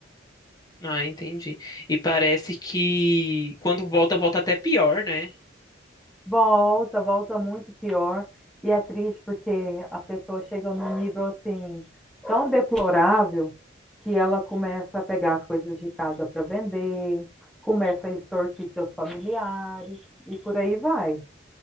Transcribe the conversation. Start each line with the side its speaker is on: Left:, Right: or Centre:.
Left: Ah, entendi. E parece que quando volta, volta até pior, né?
Centre: Volta, volta muito pior. E é triste porque a pessoa chega num nível assim tão deplorável que ela começa a pegar as coisas de casa para vender, começa a extorquir seus familiares e por aí vai.